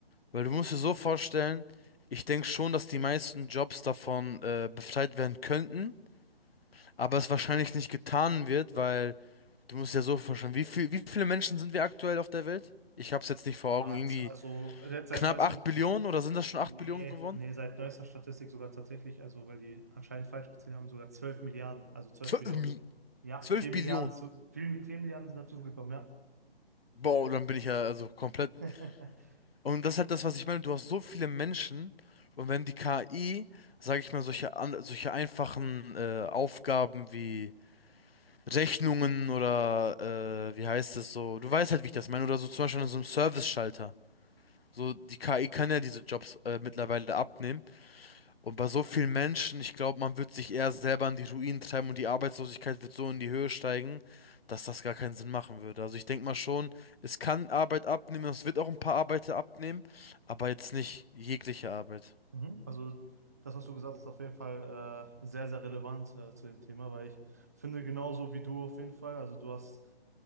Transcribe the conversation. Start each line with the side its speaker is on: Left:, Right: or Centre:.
Left: Weil du musst dir so vorstellen, ich denke schon, dass die meisten Jobs davon äh, befreit werden könnten, aber es wahrscheinlich nicht getan wird, weil. Du musst ja so vorstellen, wie viel, wie viele Menschen sind wir aktuell auf der Welt? Ich hab's jetzt nicht vor
Right: Ah,
Left: Augen, irgendwie
Right: z- Also jetzt seit
Left: knapp
Right: neuestem,
Left: acht Billionen oder sind das schon 8
Right: nee,
Left: Billionen geworden?
Right: nee, seit neuester Statistik sogar tatsächlich, also weil die anscheinend falsch gezählt haben, sogar 12 Milliarden, also 12
Left: 12,
Right: Billionen. Ja,
Left: 12
Right: vier
Left: Billionen.
Right: Milliarden zu, vier vier Milliarden sind dazugekommen,
Left: Boah, dann bin ich ja also komplett.
Right: ja. <laughs>
Left: Und das ist halt das, was ich meine. Du hast so viele Menschen und wenn die KI, sage ich mal, solche, an- solche einfachen äh, Aufgaben wie Rechnungen oder äh, wie heißt es so, du weißt halt, wie ich das meine, oder so zum Beispiel an so einem Service-Schalter. So, die KI kann ja diese Jobs äh, mittlerweile abnehmen. Und bei so vielen Menschen, ich glaube, man wird sich eher selber in die Ruinen treiben und die Arbeitslosigkeit wird so in die Höhe steigen, dass das gar keinen Sinn machen würde. Also ich denke mal schon, es kann Arbeit abnehmen, es wird auch ein paar Arbeiter abnehmen, aber jetzt nicht jegliche Arbeit.
Right: Mhm. Also das, was du gesagt hast, ist auf jeden Fall äh, sehr, sehr relevant äh, zu dem Thema, weil ich finde genauso wie du auf jeden Fall, also du hast